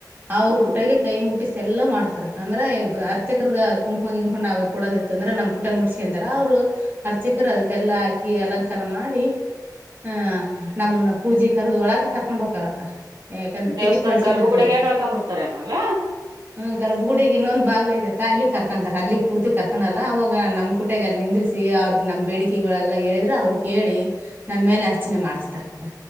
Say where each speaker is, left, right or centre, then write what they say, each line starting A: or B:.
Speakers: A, on the right; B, on the right.
A: ಅವ್ರ
B: ಹ್ಮ
A: ಕುಟಗೆ ಕೈ ಮುಟ್ಟಿಸಿ ಎಲ್ಲ ಮಾಡ್ತಾರ ಅಂದ್ರೆ ಅರ್ಚಕರ್ಗ ಕುಂಕಮ ಇಂಕೊಂಡ್ ನ ಅವಿ ಕೊಡೋದಿತ್ತ ಅಂದ್ರೆ ನಮ್ ಪುಟಗ್ ಮುಟ್ಸ್ಕೊಂತಾರ ಅವ್ರು ಅರ್ಚಕರು ಅದಕ್ಕೆ ಎಲ್ಲ ಹಾಕಿ ಎಲ್ಲ ಮಾಡಿ ಆಹ ನಮ್ಮನ್ನ ಪೂಜೆ ಕರ್ದು ಒಳಕ ಕರ್ಕೊಂಡ್ ಹೋಗಕರಕ್ಕ ಯಾಕಂದ್ರೆ
B: ದೇವಸ್ಥಾನ
A: ಟಿಕೆಟ್ ಮಾಡ್ಸಿಂದರದ
B: ಗರ್ಭಗುಡಗೆ
A: ಇವತ್ತು
B: ಕಳ್ಕೊಂಡ್ಬಿಡ್ತಾರೆನಲ್ಲ
A: ಹ ಗರ್ಭಗುಡಗೆ ಇನ್ನೊಂದು್ ಬಾಗ್ಲ ಇದದೆ ಕ ಅಲ್ಲಿ ಕರ್ಕೊತಾರೆ ಅಲ್ಲಿಗೆ ಪೂರ್ತಿ ಕರ್ಕೊಂಡಲ್ಲ ಅವವಾಗ ನಮ್ಮ ಕುಟೆಗೆ ಅಲ್ಲಿ ನಿಂದಿಿಸಿಿ ಅವ್ರ ನಮ್ಮ ಬೇಡಿಕೆಗಳೆಲ್ಲ ಹೇಳಿದರೆ ಅವ್ರಿಗೆ ಕೇಳಿ ನಮ್ಮ ಮೇಲೆ ಅರ್ಚನೆ ಮಾಡಸ್ತಾರಕ್ಕ